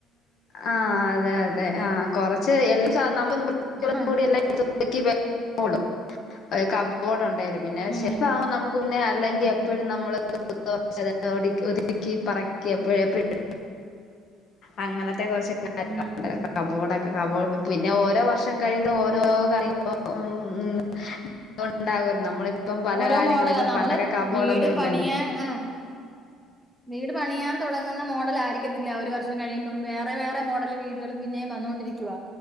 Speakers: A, on the left; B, in the centre.
A: ആഹ് അതെ അതെ ആഹ് കൊറച്ച് എല്ലാം സാധന
B: ആഹ്
A: <unintelligible> കബോർഡ ഉണ്ടായും പിന്നെ
B: ഉം
A: ശെപ്പ
B: ഉം
A: ആഹ് നമുക്ക് പിന്നെ അല്ലെങ്കിൽ
B: ആഹ്
A: എപ്പോഴും നമ്മള് <unintelligible> ഒതുക്കി പറക്കി അ എപ്പോഴും എപ്പഴും അങ്ങനത്തെ കുറച്ച് കാര്യല്ലോ
B: ഉം ഉം
A: കബോഡൊക്കെ പിന്നെ ഓരോ വർഷം കഴിയുന്നതും ഓരോ ഒരോ കാര്യങ്ങളും ന്ന്അണ്ടാകല്ലോ നമ്മളിപ്പം പല
B: ഓരോ
A: കാര്യങ്ങള
B: മോഡലാ
A: ഇപ്പ
B: നമ്മള്
A: പണ്ടൊക്കെ കബോർഡൊന്നും
B: വീട്
A: ഇല്ലല്ലോ
B: പണിയാൻ ആ വീട് പണിയാൻ തു്ടങ്ങുന്ന മോഡൽ ആയിരിക്കത്തില്ല ഒരു വർഷം കഴിയുമ്പം വേറെ വേറെ മോഡല് വീടുകൾ പിന്നെയും വന്നോൊണ്ടിരിക്കവാ